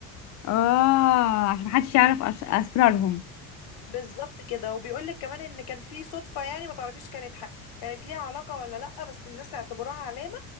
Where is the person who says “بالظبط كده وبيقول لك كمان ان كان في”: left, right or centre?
Left